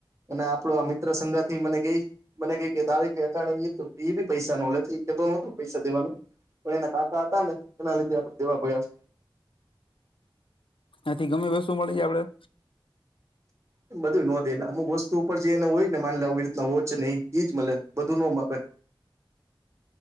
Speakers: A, on the right; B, on the left.
A: અને આપડો આ મિત્ર સઘા થી મને ગઈ મને ક કે તારીખ હટાણે <unintelligible> જ હતું. એ બી પૈસા નો લે એ કેતો નોતો પૈસા દેવાનું પણ એના કાકાતા હતા ને એના લીધે આપડે દેવા પડ્યા.
B: એથી ગમે વસ્તુ મળી જાય આપડે.
A: એ બધું નો દે અમુક વસ્તુ ઉપર જે એને હોય ને માલ લે આવી રીતના વોચ નહી એઈજ મળે બધું નો મળે.